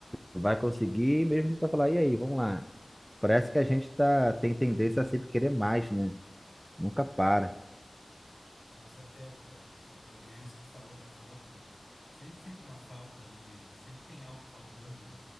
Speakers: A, on the right; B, on the left.
A: Vai conseguir, mesmo se tu falar, e aí, vamos lá. Parece que a gente tá, tem tendência a sempre querer mais, né? Nunca para.
B: Com certeza, cara, com certeza. E é isso que tu falou da falta, né? Sempre fica uma falta ali, sempre tem algo faltando, né?